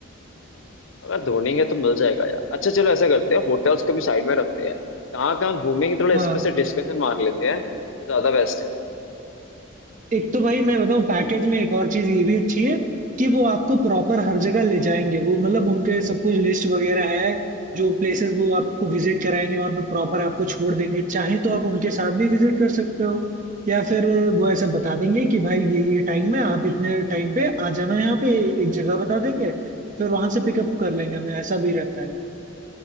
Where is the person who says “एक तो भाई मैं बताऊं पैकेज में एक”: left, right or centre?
Right